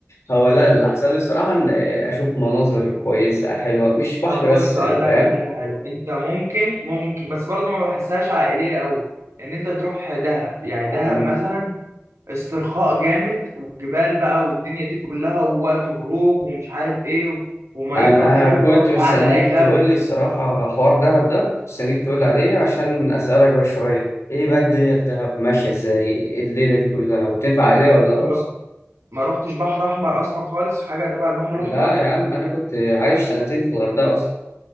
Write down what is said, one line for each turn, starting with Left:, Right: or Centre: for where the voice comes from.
Left: هو لا اللي أحسن لي الصراحة إن أشوف مناظر كويسة حلوة مش بحر
Right: طب بص
Left: بس يعني
Right: اقول
Left: فاهم
Right: لك على حاجه حلوه انت ممكن ممكن بس برضه ما بحسهاش عائليه قوي ان انت تروح دهب يعني دهب
Left: أنا
Right: مثلا استرخاء جامد وجبال بقى والدنيا دي كلها ووقت غروب ومش عارف ايه وميتها
Left: أنا
Right: حلوه
Left: كنت مستنيك
Right: وقاعده رايقه
Left: تقول لي الصراحة حوار دهب ده كنت مستنيك تقول لي عليه عشان أسألك بقى شوية إيه بقى الدنيا في دهب ماشية إزاي إيه الليلة دي كلها وتنفع عليها ولا لأ
Right: ما
Left: أصلا
Right: ما رحتش بحر احمر اصلا خالص حاجه تبع البحر
Left: لا
Right: الاحمر
Left: يا عم أنا كنت عايش سنتين في الغردقة أصلا